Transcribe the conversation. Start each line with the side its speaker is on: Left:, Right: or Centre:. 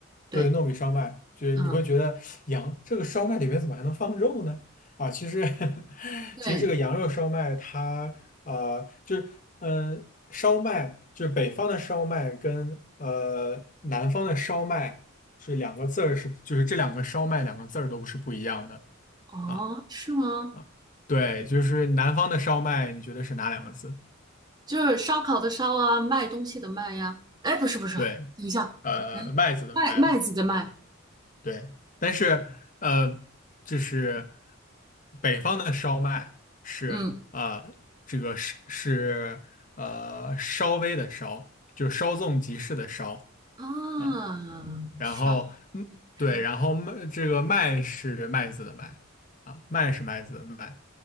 Right: 对，
Left: 对，糯米烧麦，就是你会觉得羊这个烧麦里面怎么还能放肉呢？
Right: 嗯，
Left: 啊，其实 <laughs>
Right: 对，
Left: 其实这个羊肉烧麦它呃就是嗯、呃烧麦就是北方的烧麦跟呃南方的烧麦是两个字儿是就是这两个烧麦两个字儿都是不一样的
Right: 哦，
Left: 啊
Right: 是吗？
Left: 啊，对，就是南方的烧麦你觉得是哪两个字？
Right: 就是烧烤的烧啊，卖东西的卖呀。哎，不是不是，
Left: 对，
Right: 等一下，
Left: 呃麦子的麦吧。
Right: 嗯，麦麦子的麦，
Left: 对，但是呃，就是北方的烧麦是呃，
Right: 嗯
Left: 这个是是呃稍微的稍，就是稍纵即逝的稍
Right: 啊，
Left: 啊。然后嗯，
Right: 烧烧。
Left: 对，然后麦这个麦是麦子的麦啊，麦是麦子的麦。